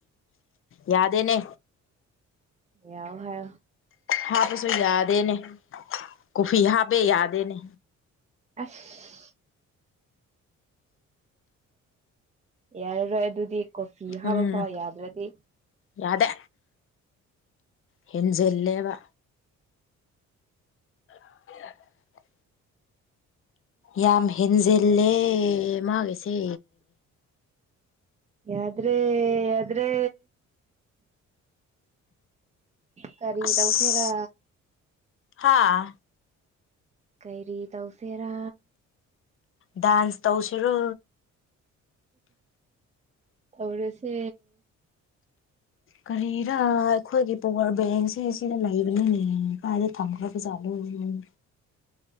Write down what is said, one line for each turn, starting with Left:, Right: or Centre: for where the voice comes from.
Left: ꯌꯥꯗꯦꯅꯦ
Right: ꯌꯥꯎ ꯍꯥꯏ
Left: ꯍꯥꯕꯁꯨ ꯌꯥꯗꯅꯦ ꯀꯨꯐꯤ ꯍꯥꯕꯦ ꯌꯥꯗꯅꯦ
Right: ꯑꯁ ꯌꯥꯔꯔꯣꯏ ꯑꯗꯨꯗꯤ ꯀꯣꯐꯤ ꯍꯥꯞꯕ
Left: ꯎꯝ
Right: ꯐꯥꯎ ꯌꯥꯗ꯭ꯔꯗꯤ
Left: ꯌꯥꯗꯦ ꯍꯟꯖꯦꯂꯦꯕ <inaudible> ꯌꯥꯝ ꯌꯥꯝ ꯍꯟꯖꯂꯦ ꯃꯥꯒꯤꯁꯤ
Right: ꯌꯥꯗ꯭ꯔꯦ ꯌꯥꯗ꯭ꯔꯦ ꯀꯔꯤꯗꯧꯁꯦꯔꯥ
Left: ꯑꯁ ꯍꯥꯥ
Right: ꯀꯩꯔꯤ ꯇꯧꯁꯦꯔꯥ
Left: ꯗꯥꯁ ꯇꯧꯁꯤ ꯔꯣ
Right: ꯑꯣꯁꯦ
Left: ꯀꯔꯤꯔꯥ ꯑꯩꯈꯣꯏꯒꯤ ꯄꯋꯥꯔ ꯕꯦꯡꯁꯦ ꯁꯤꯅ ꯂꯩꯕꯅꯅꯦ ꯀꯥꯏꯗ ꯊꯝꯈ꯭ꯔꯕꯖꯥꯠꯂꯣ ꯎꯝ